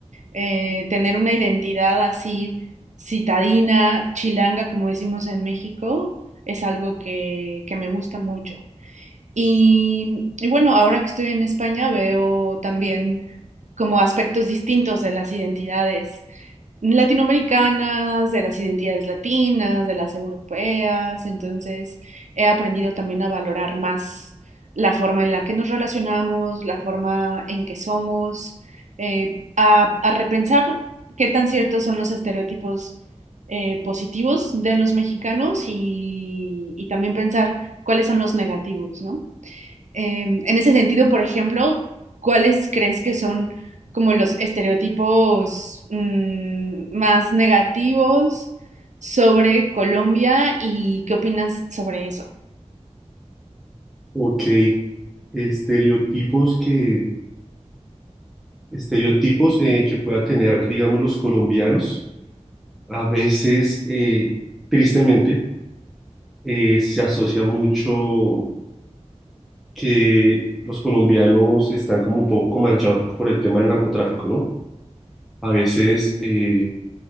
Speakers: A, on the right; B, in the centre.
A: eh, tener una identidad así citadina, chilanga, como decimos en México, es algo que, que me gusta mucho. Y, y bueno, ahora que estoy en España veo también como aspectos distintos de las identidades latinoamericanas, de las identidades latinas, de las europeas. Entonces, he aprendido también a valorar más la forma en la que nos relacionamos, la forma en que somos, eh, a, a repensar qué tan ciertos son los estereotipos eh, positivos de los mexicanos y, y también pensar cuáles son los negativos, ¿no? Em, en ese sentido, por ejemplo, ¿cuáles crees que son como los estereotipos mm, más negativos sobre Colombia y qué opinas sobre eso?
B: Ok, estereotipos que, estereotipos eh, que pueda tener, digamos, los colombianos, a veces, eh, tristemente, eh, se asocia mucho que los colombianos están como un poco manchados por el tema del narcotráfico, ¿no? A veces, eh,